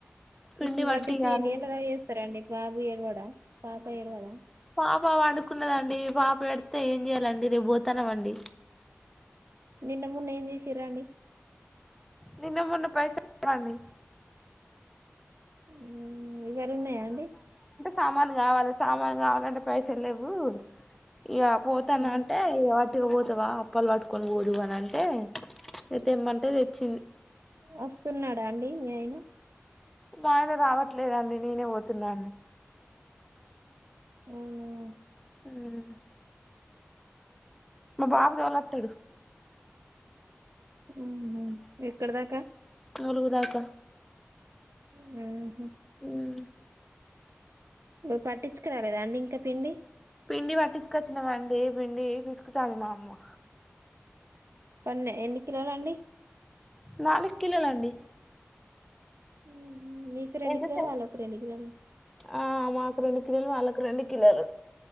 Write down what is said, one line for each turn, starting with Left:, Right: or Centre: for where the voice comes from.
Centre: పిండి
Right: ఇప్పుడు
Centre: పట్టియాలి
Right: కట్టించి ఎన్లు గా చేస్తారండి బాబు ఏడవాడా పాప ఏడవదా
Centre: పాపా పండుకున్నదండి పాప ఏడుతే ఏం చెయాలండి రేపు పోతాన్నాము అండి
Right: నిన్న మొన్న ఏం చేసి రండి
Centre: నిన్న మొన్న పైసాండి
Right: హ్మ్ ఇవరన్నయా అండి
Centre: సామాల్ కావాలి సామాన్ కావాలంటే పైసలేవు ఇగ పోతన
Right: ఊ
Centre: అంటే ఇగ పట్టుక పోతావా అప్పాలు పట్టుకొని పోదువు అని తేమ్మంటే తెచ్చింది
Right: వస్తున్నాడా అండి మీ ఆయన
Centre: మా ఆయన రావట్లేదండి నేనే పోతున్నా
Right: హ్మ్
Centre: హ్మ్ మా బాబు తొలతడు
Right: హ్మ్ హు ఎక్కడదాకా
Centre: అలుగుదాక
Right: హ్మ్ హు
Centre: హ్మ్
Right: నువ్వు పట్టించుకురాలేదా అండి ఇంకా పిండి
Centre: పిండి పట్టించుకొచ్చిన మండి పిండి పిసుకుతాంది మా అమ్మ
Right: పన్నె ఎన్ని కిలోలు అండి
Centre: నాలుగు కిలోలు అండి
Right: హ్మ్ మీకు రెండు
Centre: ఎంతసేపు
Right: కిలోలు వాళ్ళకు రెండు కిలోలు
Centre: ఆ మాకు రెండు కిలోలు వాళ్ళకి రెండు కిలోలు